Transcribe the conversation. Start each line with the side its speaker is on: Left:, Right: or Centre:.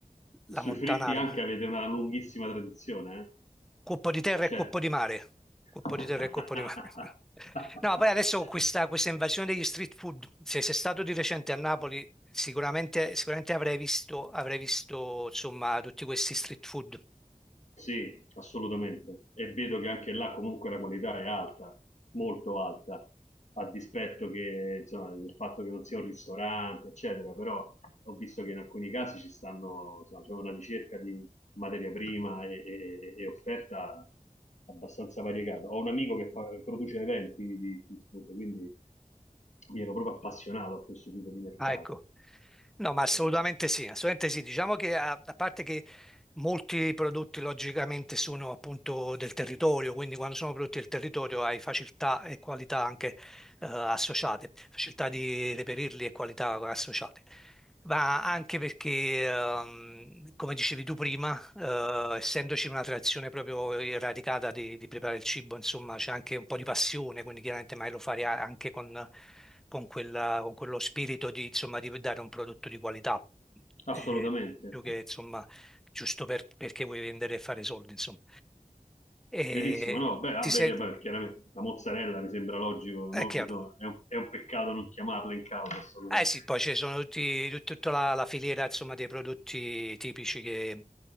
Centre: la
Left: e sui
Centre: montanara,
Left: fritti anche avete una lunghissima tradizione, eh?
Centre: cuoppo di terra
Left: C'è.
Centre: e cuoppo di mare,
Left: <laughs>
Centre: cuoppo di terra e cuoppo di mare. <laughs> No, poi adesso con questa, questa invasione degli street food, se sei stato di recente a Napoli, sicuramente, sicuramente avrai visto, avrai visto insomma tutti questi street food.
Left: Sì, assolutamente. E vedo che anche là comunque la qualità è alta, molto alta, a dispetto che, insomma, del fatto che non sia un ristorante, eccetera, però ho visto che in alcuni casi ci stanno, insomma, c'è una ricerca di materia prima e, e- e offerta abbastanza variegata. Ho un amico che fa- produce eventi di street food, quindi mi ero proprio appassionato a questo tipo di mercato.
Centre: Ah, ecco. No, ma assolutamente
Left: Eh,
Centre: sì, assolutamente sì. Diciamo che a, a parte che Molti prodotti logicamente sono appunto del territorio, quindi quando sono prodotti del territorio hai facilità e qualità anche eh, associate, facilità di reperirli e qualità associate. Ma anche perché, ehm, come dicevi tu prima, eh, essendoci una tradizione proprio radicata di, di preparare il cibo, insomma, c'è anche un po' di passione, quindi chiaramente mai lo fare a- anche con, con quella- con quello spirito di, insomma, di dare un prodotto di qualità, eh,
Left: assolutamente.
Centre: più che, insomma, giusto per- perché vuoi vendere e fare soldi, insomma. E
Left: Verissimo, no, beh, ah,
Centre: ti
Left: beh,
Centre: sei...
Left: beh, chiaramente la mozzarella mi sembra logico,
Centre: È
Left: no?
Centre: chiaro.
Left: Bisogna- è, un, è un peccato non chiamarla in causa assolutamente.
Centre: Eh sì, poi ci sono tutti, tut- tutta la, la filiera, insomma, dei prodotti tipici che,